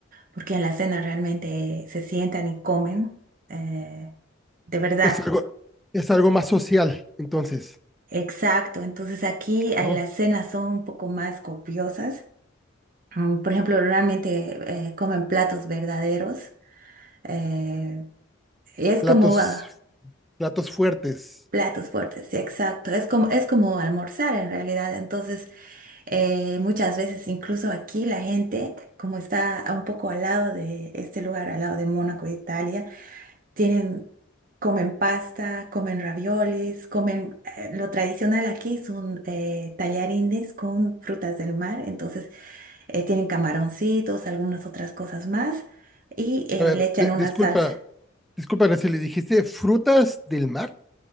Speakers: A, on the right; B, in the centre.
A: porque en la cena realmente se sientan y comen, eh, de verdad.
B: Es algo, es algo más social, entonces,
A: Exacto, entonces aquí eh,
B: ¿no?
A: las cenas son un poco más copiosas. Um, por ejemplo, realmente eh, comen platos verdaderos. eh, es
B: Platos,
A: como ah,
B: platos fuertes.
A: platos fuertes, sí, exacto. Es como, es como almorzar en realidad. Entonces, eh, muchas veces, incluso aquí, la gente, como está un poco al lado de este lugar, al lado de Mónaco, Italia, Tienen, comen pasta, comen raviolis, comen eh, lo tradicional aquí son eh, tallarines con frutas del mar, entonces eh, tienen camaroncitos, algunas otras cosas más y eh,
B: A ver,
A: le echan
B: di-
A: una
B: disculpa,
A: salsa.
B: disculpa si le dijiste frutas del mar.